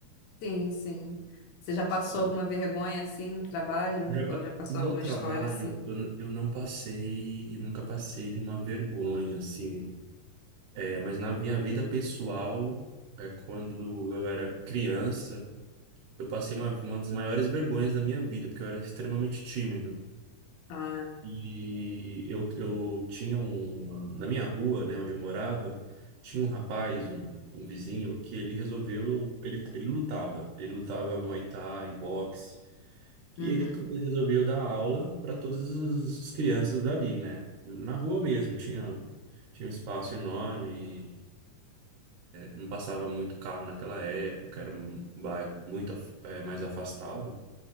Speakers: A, on the left; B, on the right.
A: Sim, sim. Você já passou
B: Olha,
A: alguma vergonha assim no trabalho?
B: já pa-
A: Ou já passou
B: no
A: alguma
B: trabalho,
A: história assim?
B: eu, n- eu não passei, e nunca passei uma vergonha, assim. É, mas na minha vida pessoal, é, quando eu era criança, eu passei uma, uma das maiores vergonhas da minha vida, porque eu era extremamente tímido.
A: Ah.
B: E eu, eu tinha um. Na minha rua, né, onde eu morava, tinha um rapaz, um, um vizinho, que ele resolveu. Ele, ele lutava. Ele lutava Muay Thai, boxe. E
A: Uhum.
B: ele resolveu dar aula para todas as crianças dali, né? Na rua mesmo. Tinha, tinha um espaço enorme. Não passava muito carro naquela época, era um bairro muito af- eh, mais afastado.